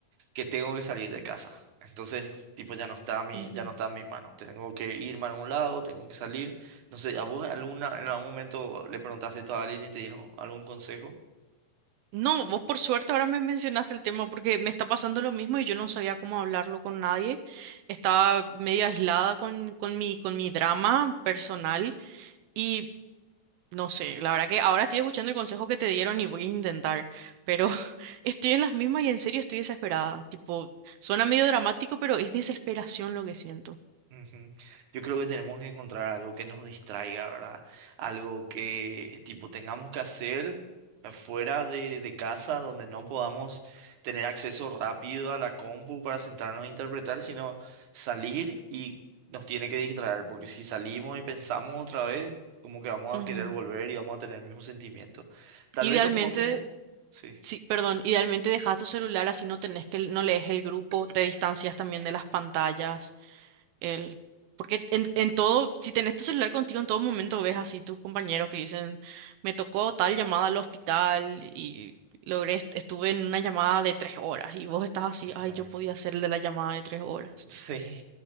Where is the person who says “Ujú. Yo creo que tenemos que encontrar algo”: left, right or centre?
Right